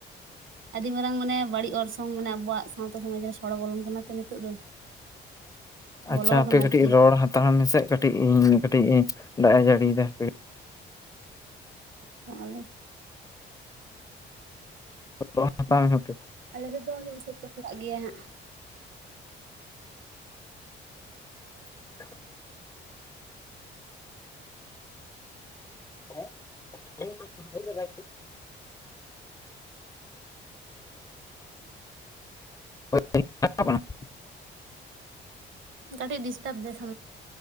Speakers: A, on the right; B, on the left.
A: ᱟᱹᱰᱤ ᱢᱟᱨᱟᱝ ᱢᱟᱱᱮ ᱵᱟᱹᱲᱤᱡ ᱚᱨᱥᱚᱝ ᱢᱟᱱᱮ ᱟᱵᱚᱣᱟᱜ ᱥᱟᱶᱛᱟ ᱥᱚᱢᱟᱡᱽ ᱨᱮ ᱥᱚᱲᱚ ᱵᱚᱞᱚᱱ ᱠᱟᱱᱟ ᱛᱚ ᱱᱤᱛᱩᱜ ᱫᱚ?
B: ᱟᱪᱪᱷᱟ
A: ᱵᱚᱞᱚ
B: ᱦᱟᱯᱮ
A: ᱟᱠᱟᱱᱟ
B: ᱠᱟᱹᱴᱤᱡ
A: ᱟᱨᱠᱤ
B: ᱨᱚᱲ ᱦᱟᱸᱛᱟᱲ ᱢᱮᱥᱮᱜ ᱠᱟᱹᱴᱤᱜ ᱤᱧ ᱠᱟᱹᱴᱤᱡ ᱤᱧ ᱫᱟᱜ ᱮ ᱡᱟᱹᱲᱤ ᱭᱮᱫᱟ ᱦᱟᱯᱮ,
A: <unintelligible>
B: <unintelligible>
A: ᱟᱞᱮ ᱫᱚ ᱫᱚᱞᱥ ᱠᱚ ᱪᱟᱞᱟᱜ ᱜᱮᱭᱟ ᱦᱟᱸᱜ <inaudible>
B: ᱚ <unintelligible> <unintelligible> <unintelligible>
A: ᱠᱟᱹᱴᱤᱡ ᱰᱤᱥᱴᱟᱯ ᱫᱟᱭ